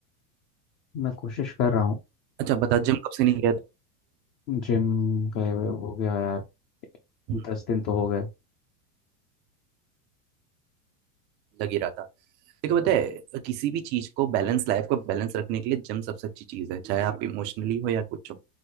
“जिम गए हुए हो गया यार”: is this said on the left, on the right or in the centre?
Left